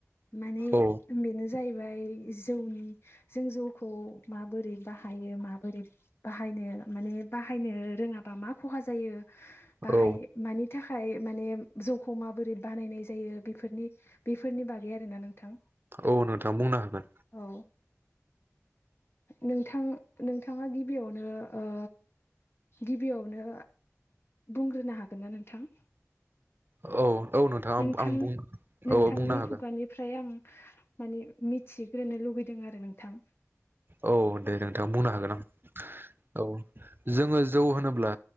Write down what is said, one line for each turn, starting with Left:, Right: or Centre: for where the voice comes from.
Left: माने
Right: औ
Left: बेनो जाहैबाय जौनि जों जौखौ माबोरै बाहायो माबोरै बाहायनो माने बाहायनो रोङाबा मा खहा जायो
Right: औ
Left: बाहायो मानि थाखाय माने जौखौ माबोरै बानायनाय जायो बेफोरनि-बेफोरनि बागै आरोना नोंथां
Right: औ नोंथां बुंनो हागोन
Left: औ नोंथां-नोंथाङा गिबियावनो ओ गिबियावनो बुंग्रोनो हागोन ना नोंथां
Right: औ औ नोंथाङा
Left: नोंथांनि-नोंथांनि
Right: आं बुं औ बुंनो हागोन
Left: खुगानिफ्राय आं माने मिथि ग्रोननो लुुबैदों आरो नोंथां
Right: औ दे नोंथाङा बुंनो हागोन आं औ जोङो जौ होनोब्ला